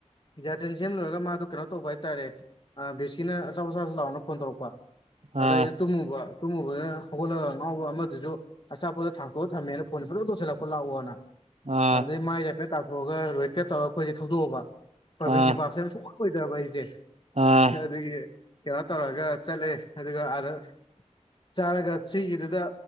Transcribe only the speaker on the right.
ꯑꯥ
ꯑꯥ
ꯑꯥ
ꯑꯥ